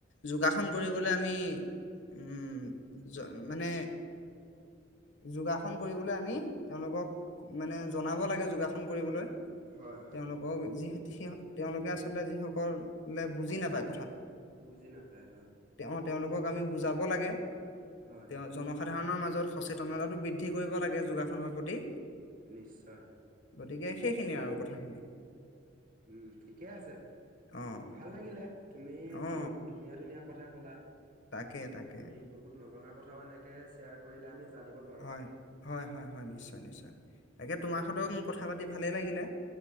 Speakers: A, on the left (about 70°); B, on the right (about 45°).
A: যোগ ন কৰিবলৈ আমি উম মানে যোগাসন কৰিবলৈ আমি তেওঁলোকক মানে জনাব লাগে যোগাসন কৰিবলৈ।
B: হয় হয়
A: তেওঁলোকক যিহেতু সেই তেওঁলোকে আচলতে যিসকললে বুজি নাপায়
B: বুজি নাপায় হয়
A: অ তেওঁলোকক আমি বুজাব লাগে
B: হয়
A: তেওঁ
B: হয়
A: জনসাধাৰণৰ মাজত ত সচেতনতাটো বৃদ্ধি কৰিব লাগে যোগাসনৰ প্ৰতি।
B: নিশ্চয়।
A: গতিকে সেইখিনিয়ে আৰু কথাখিনি।
B: উম ঠিকে আছে।
A: অ
B: ভাল লাগিলে তুমি
A: অ
B: বহুত ধুনীয়া ধুনীয়া কথা, ক'লা।
A: তাকে তাকে।
B: আমি বহুত নজনা কথাও এনেকে শ্বেয়াৰ কৰিলে আমি, জানিব পাৰো
A: হয় হয় হয় হয় নিশ্চয় নিশ্চয়। তাকে তোমাৰ
B: বাৰু
A: সৈতেও মোৰ কথা পাতি ভালেই লাগিলে।